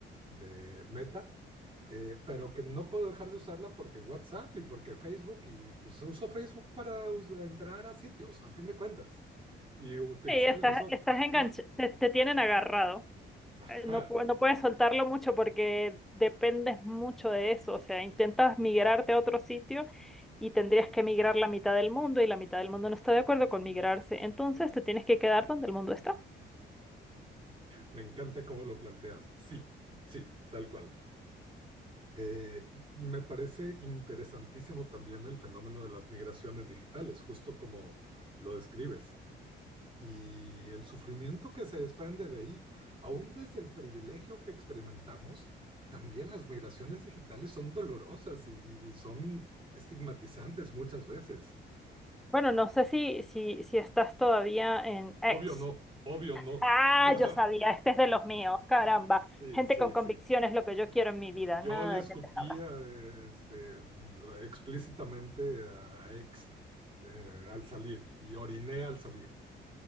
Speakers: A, on the right (about 25°); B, in the centre.
A: de Meta, eh, pero que no puedo dejar de usarla porque WhatsApp y porque Facebook y pues uso Facebook para us- entrar a sitios, a fin de cuentas, y utilizar
B: Sí, estás,
A: el visor.
B: estás
A: Ajá,
B: enganchado, te, te tienen agarrado.
A: ajá.
B: eh, No, pu- no puedes soltarlo mucho porque dependes mucho de eso. O sea, intentas migrarte a otro sitio y tendrías que migrar la mitad del mundo y la mitad del mundo no está de acuerdo con migrarse. Entonces te tienes que quedar donde el mundo está.
A: Me encanta cómo lo planteas. Sí, sí, tal cual. Eh, me parece interesantísimo también el fenómeno de las migraciones digitales, justo como lo describes, y el sufrimiento que se desprende de ahí, aún desde el privilegio que experimentamos. También las migraciones digitales son dolorosas y, y son estigmatizantes muchas veces.
B: Bueno, no sé si, si, si estás todavía en X.
A: Obvio no, obvio no.
B: Ah,
A: <laughs>
B: yo sabía, este es de los míos, caramba.
A: sí,
B: Gente
A: sí,
B: con convicción
A: sí.
B: es lo que yo quiero en mi vida,
A: Yo
B: nada
A: le escupía
B: de pendejadas.
A: este, explícitamente a, a ex eh, al salir y oriné al salir.